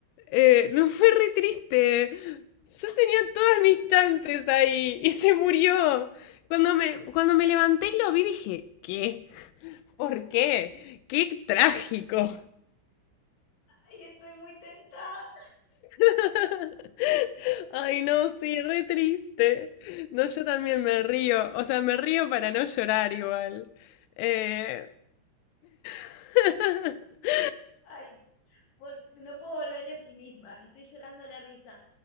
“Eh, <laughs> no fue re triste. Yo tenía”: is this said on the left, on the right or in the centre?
Left